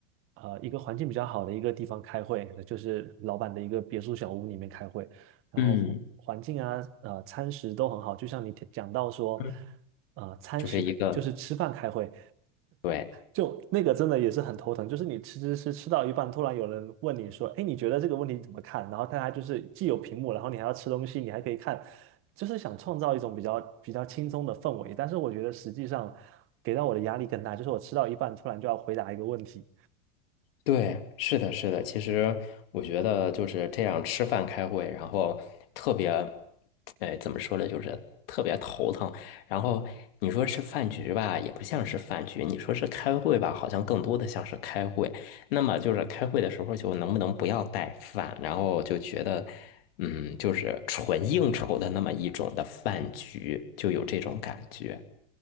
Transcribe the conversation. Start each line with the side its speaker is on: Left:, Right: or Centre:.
Right: 呃一个环境比较好的一个地方开会，就是老板的一个别墅小屋里面开会，然后环环境啊，
Left: 嗯
Right: 呃，餐食都很好。就像你提讲到说，
Left: 嗯，
Right: 呃，餐食开就是吃饭开会，
Left: 就是一个。对。
Right: 就那个真的也是很头疼，就是你吃吃吃吃到一半，突然有人问你说：“哎，你觉得这个问题怎么看？”然后大家就是既有屏幕，然后你还要吃东西，你还可以看，就是想创造一种比较比较轻松的氛围。但是我觉得实际上给到我的压力更大，就是我吃到一半突然就要回答一个问题，
Left: 对，是的，是的。其实我觉得就是这样吃饭开会，然后特别，哎，怎么说呢，就是特别头疼。然后你说是饭局吧，也不像是饭局；你说是开会吧，好像更多的像是开会。那么就是开会的时候，就能不能不要带饭？然后就觉得，嗯，就是纯应酬的那么一种的饭局，就有这种感觉。